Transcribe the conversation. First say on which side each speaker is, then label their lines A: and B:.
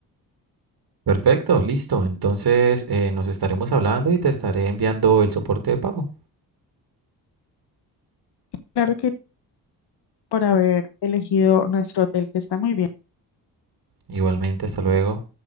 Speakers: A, on the right; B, on the left.
A: Perfecto, listo. Entonces eh, nos estaremos hablando y te estaré enviando el soporte de pago.
B: Claro que por haber elegido nuestro hotel, que está muy bien.
A: Igualmente, hasta luego.